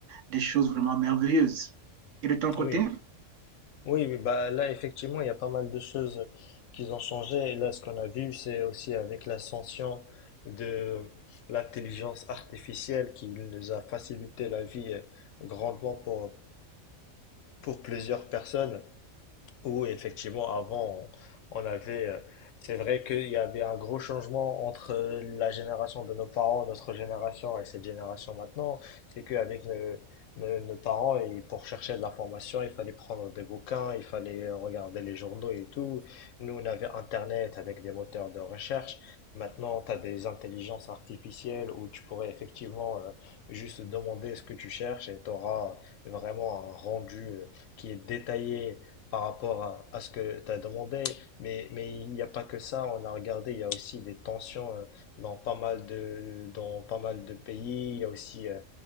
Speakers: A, on the right; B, on the left.
A: des choses vraiment merveilleuses. Et de ton côté?
B: Oui, oui, oui, bah là effectivement il y a pas mal de choses qui ont changé. Et là ce qu'on a vu c'est aussi avec l'ascension de l'intelligence artificielle qui nous a facilité la vie euh, grandement pour Pour plusieurs personnes où effectivement, avant, on on avait, euh, c'est vrai qu'il y avait un gros changement entre la génération de nos parents, notre génération et cette génération maintenant. C'est qu'avec nos, nos, nos parents, et pour chercher de l'information, il fallait prendre des bouquins, il fallait regarder les journaux et tout. Nous, on avait Internet avec des moteurs de recherche. Maintenant, tu as des intelligences artificielles où tu pourrais effectivement euh, juste demander ce que tu cherches et tu auras vraiment un rendu euh, qui est détaillé par rapport à, à ce que tu as demandé, mais, mais il n'y a pas que ça, on a regardé, il y a aussi des tensions euh, dans pas mal de, dans pas mal de pays, il y a aussi euh,